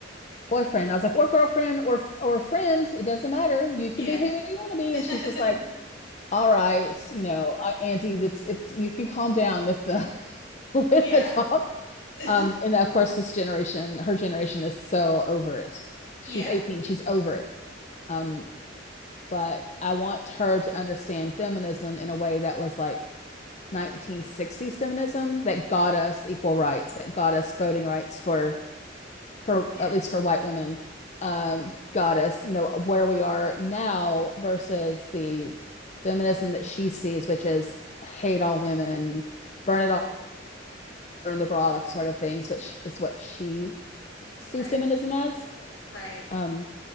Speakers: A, on the left; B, on the left.
A: boyfriend. I was like, or girlfriend or or friend. It doesn't matter. You
B: Yeah.
A: can be who you want to be.
B: <laughs>
A: And she's just like, all right, you know, uh, Auntie, that's it's you can calm down with the <laughs> with
B: Yeah.
A: the talk.
B: <laughs>
A: Um, and of course, this generation, her generation is so over it.
B: Yeah.
A: She's 18, she's over it. Um, but I want her to understand feminism in a way that was like 1960s feminism that got us equal rights, that got us voting rights for for
B: Yeah.
A: at least for white women, um, got us, you know, where we are now versus the feminism that she sees, which is hate all women, burn it all, burn the bra, like sort of things, which is what she sees
B: Right.
A: feminism as.
B: Right.
A: Um,